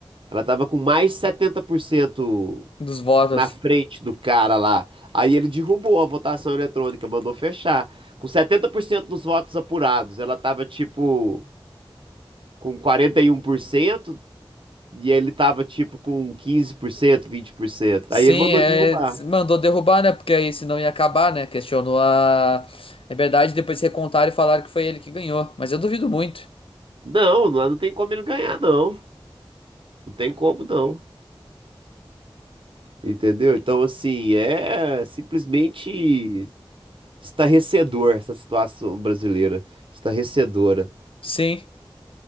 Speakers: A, on the right (about 65°); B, on the left (about 75°).
A: ela tava com mais de 70%
B: dos votos.
A: na frente do cara lá. Aí ele derrubou a votação eletrônica, mandou fechar. Com 70% dos votos apurados, ela tava tipo com quarenta e um por cento e ele tava tipo com quinze por cento, vinte por cento.
B: Sim,
A: Aí ele mandou
B: é,
A: derrubar.
B: mandou derrubar, né, porque aí senão ia acabar, né? Questionou a liberdade, depois recontaram e falaram que foi ele que ganhou. Mas eu duvido muito.
A: Não, não não tem como ele ganhar, não. Não tem como, não. Entendeu? Então, assim, é simplesmente estarrecedor essa situação brasileira, estarrecedora.
B: Sim.